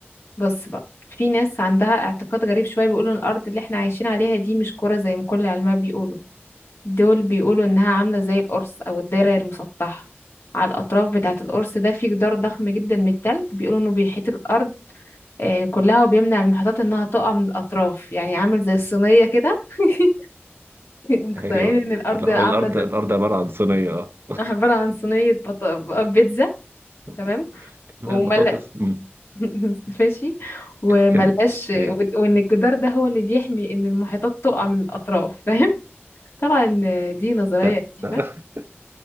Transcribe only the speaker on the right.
<laughs>
ايوه
لا،
الارض
الارض عبارة عن صينية اه
<laughs>
كمان
البطاطس مم.
كم
ايوه
لا
لا <laughs>